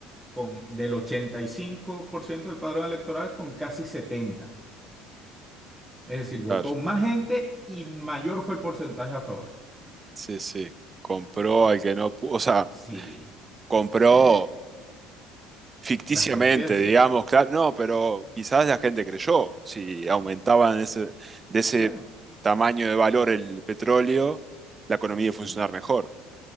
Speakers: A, in the centre; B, on the right.
A: con del 85% del padrón electoral con casi setenta, Es decir, votó
B: claro,
A: más gente y mayor fue el porcentaje a favor.
B: sí, sí. Compró al que no pudo, o sea,
A: Sí,
B: compró
A: eh,
B: ficticiamente,
A: las conciencias,
B: digamos, claro, no, pero quizás la gente creyó, si aumentaban ese, de ese
A: claro.
B: tamaño de valor el petróleo, la economía
A: Sí.
B: iba a funcionar mejor.